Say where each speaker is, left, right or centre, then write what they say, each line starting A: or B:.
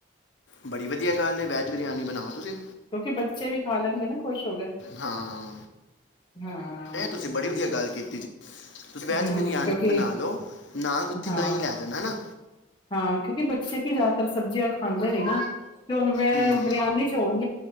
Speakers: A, on the left; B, on the left.
A: ਬੜੀ ਵਧੀਆ ਗੱਲ ਨੇ ਵੈਜ ਬਰਿਆਨੀ ਬਣਾਓ ਤੁਸੀਂ
B: ਕਿਉਂਕਿ ਬੱਚੇ ਵੀ ਖਾ ਲੈਣਗੇ ਨਾ ਖੁਸ਼ ਹੋ ਕੇ
A: ਹਾਂ
B: ਹਾਂ
A: ਇਹ
B: ਚਲੋ
A: ਤੁਸੀਂ ਬੜੀ
B: ਠੀਕ
A: ਵਧੀਆ
B: ਹੈ
A: ਗੱਲ ਕੀਤੀ ਤੁਸੀਂ ਵੈਜ
B: ਹਮ
A: ਬਰਿਆਨੀ
B: ਕਿਉਂਕਿ
A: ਬਣਾ ਲਓ ਨਾ ਤੁਸੀਂ
B: ਹਾਂ
A: ਦਹੀਂ ਲੈ ਜਾਣਾ ਹੈਨਾ
B: ਹਾਂ ਕਿਉਂਕਿ ਬੱਚੇ ਕੀ ਜ਼ਿਆਦਾਤਰ ਸਬਜ਼ੀਆਂ ਖਾਂਦੇ ਨ ਨਾ ਮੈਂ
A: ਹਮ,
B: ਬਿਰਿਆਨੀ ਚੋਲ